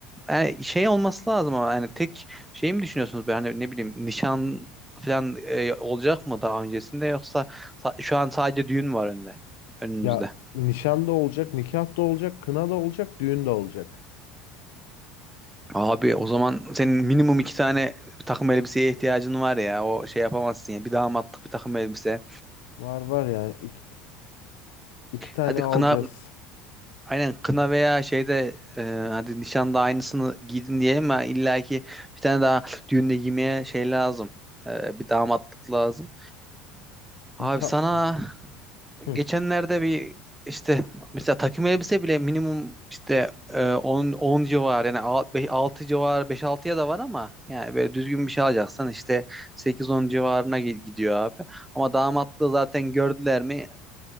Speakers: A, in the centre; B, on the left (about 85°).
A: Yani şey olması lazım ama hani tek şey mi düşünüyorsunuz? böyle Hani ne bileyim nişan falan e, olacak mı daha öncesinde yoksa sa- şu an sadece düğün mü var önünde? Önünüzde.
B: Ya nişan da olacak, nikah da olacak, kına da olacak, düğün de olacak.
A: Abi o zaman senin minimum iki tane takım elbiseye ihtiyacın var ya. O şey yapamazsın ya. Bir damatlık bir takım elbise.
B: Var var ya iki, iki tane
A: Hadi
B: alacağız.
A: kına aynen kına veya şeyde e, hadi nişanda aynısını giydin diyelim ama illaki bir tane daha düğünde giymeye şey lazım. E, bir damatlık lazım. Abi
B: Tamam.
A: sana
B: Hı.
A: geçenlerde bir işte mesela takım elbise bile minimum işte e, 10 10 civar yani 6 civar beş altıya da var ama yani böyle düzgün bir şey alacaksan işte sekiz on civarına gi- gidiyor abi. Ama damatlığı zaten gördüler mi